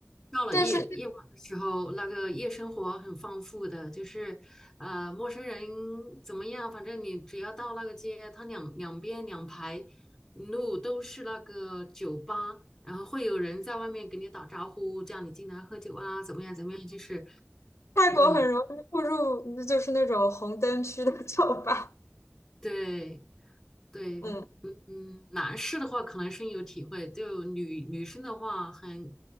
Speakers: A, in the centre; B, on the left.
A: 到了夜夜晚的时候，
B: 但是
A: 那个夜生活很丰富的，就是呃，陌生人怎么样，反正你只要到那个街，它两两边两排路都是那个酒吧，然后会有人在外面给你打招呼，叫你进来喝酒啊，怎么样怎么样，就是
B: 泰国很容易步入就是那种红灯区的酒吧，
A: 嗯，对。对，
B: 嗯
A: 嗯，嗯，男士的话可能深有体会，就女女生的话很